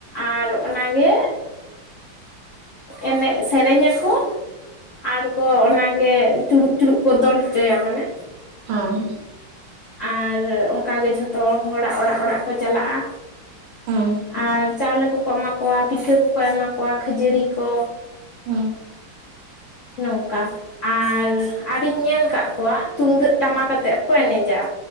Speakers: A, on the left; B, on the right.
A: ᱟᱨ ᱚᱱᱟᱜᱮ ᱮᱱᱮᱡ ᱥᱮᱨᱮᱧ ᱠᱚ ᱟᱨ ᱠᱚ ᱚᱱᱟ ᱜᱮ ᱪᱩᱲᱩᱜ ᱪᱩᱲᱩᱜ ᱠᱚ ᱫᱚᱱ ᱦᱚᱪᱚᱭᱟ ᱢᱟᱱᱮ
B: ᱦᱮᱸ
A: ᱟᱨ ᱚᱱᱠᱟ ᱜᱮ ᱡᱷᱚᱛᱚ ᱦᱚᱲᱟᱜ ᱚᱲᱟᱜ ᱚᱲᱟᱜ ᱠᱚ ᱪᱟᱞᱟᱜᱼᱟ
B: ᱦᱮᱸ
A: ᱟᱨ ᱪᱟᱣᱞᱮ ᱠᱚᱠᱚ ᱮᱢᱟ ᱠᱚᱣᱟ ᱯᱤᱴᱷᱟᱹ ᱠᱚᱠᱚ ᱮᱢᱟ ᱠᱚᱣᱟ ᱠᱷᱟᱹᱡᱟᱹᱲᱤ ᱠᱚ
B: ᱦᱮᱸ
A: ᱱᱚᱝᱠᱟ ᱟᱨ ᱟᱨᱤᱧ ᱧᱮᱞ ᱟᱠᱟᱫ ᱠᱚᱣᱟ ᱛᱩᱢᱫᱟᱹᱜ ᱴᱟᱢᱟᱠ ᱟᱛᱮ ᱦᱚᱸ ᱠᱚ ᱮᱱᱮᱡ ᱡᱟ